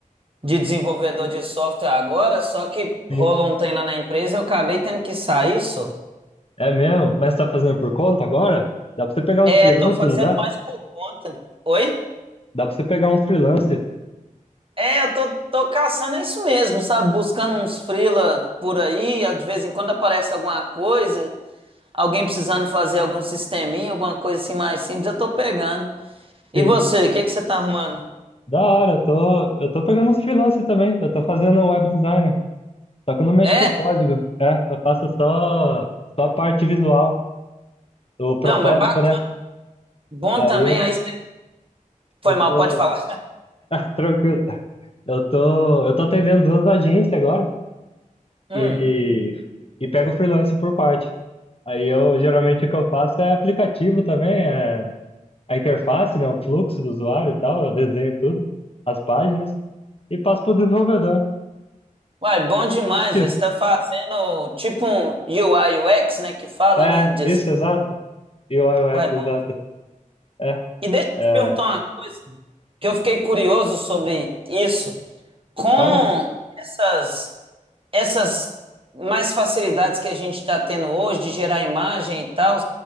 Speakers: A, on the right; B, on the left.
A: de desenvolvedor de software agora, só que
B: Sim.
A: rolou um trem lá na empresa e eu acabei tendo que sair, só.
B: É mesmo? Mas tá fazendo por conta agora? Dá pra você pegar uns
A: É,
B: freelance,
A: tô fazendo
B: não dá?
A: mais por conta. Oi?
B: Dá pra você pegar uns freelance.
A: É, eu tô, tô caçando é isso mesmo, sabe? Buscando uns freela por aí, de vez em quando aparece alguma coisa. Alguém precisando fazer algum sisteminha, alguma coisa assim mais simples, eu tô pegando. E
B: Sim.
A: você, o que que você tá arrumando?
B: Da hora, eu tô, eu tô pegando uns freelance também. Eu tô fazendo um web designer. Só que eu não mexo
A: É?
B: com código. É, eu faço só, só a parte visual, o protótipo,
A: Não, mas bac-
B: né?
A: bom
B: Aí
A: também,
B: eu,
A: aí você foi
B: eu
A: mal,
B: tô.
A: pode falar.
B: <laughs> Ah, tranquilo. Eu tô, eu tô atendendo duas agências agora.
A: Hum.
B: e, e pego o freelance por parte. Aí eu geralmente o que eu faço é aplicativo também, é a interface, né, o fluxo do usuário e tal, eu desenho tudo, as páginas, e passo para o desenvolvedor.
A: Uai, bom demais,
B: <laughs>
A: velho. Você tá fazendo tipo um UI, UX, né, que fala,
B: É,
A: né? Design.
B: isso, exato. E o UX,
A: Uai,
B: exato.
A: bom.
B: É,
A: E deixa eu
B: é,
A: te perguntar uma coisa, que eu fiquei curioso sobre isso. Com
B: fala,
A: essas essas mais facilidades que a gente está tendo hoje de gerar imagem e tal,